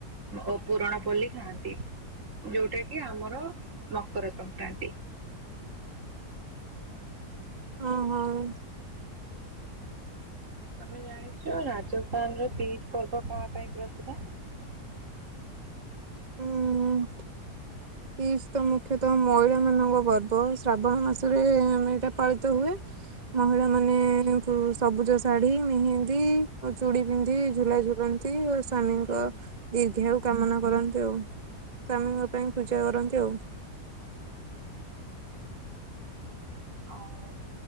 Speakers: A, on the right; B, on the right.
A: ଓ ପୁୁରଣ ପଲ୍ଲି ଖାଆନ୍ତି। ଯେକି ଆମର ମକର ସଂକ୍ରାନ୍ତି।
B: ହଁ ହଁ।
A: ତମେ ଜାଣିଛ ରାଜସ୍ଥାନର ତିଜ ପର୍ବ କଣ ପାଇଁ ପ୍ରସିଦ୍ଧ?
B: ହୁଁ। ତିଶ ତ ମୁଖ୍ୟତଃ ମଇଳା ମାନଙ୍କ ପର୍ବ ଶ୍ରାବଣ ମାସରେ ଆମେ ଏଇଟା ପାଳିତ ହୁଏ। ମହିଳା ମାନେ ସବୁଜ ଶାଢୀ ମେହେନ୍ଦୀ ଚୁଡି ପିନ୍ଧି ଝୁଲା ଝୁଲ ତି ସ୍ଵାମୀଙ୍କ ଦୀର୍ଘାଉ କାମନା କରନ୍ତି ଆଉ ସ୍ଵାମୀଙ୍କ ପାଇଁ ପୂଜା କରନ୍ତି ଆଉ।
A: ଆଉ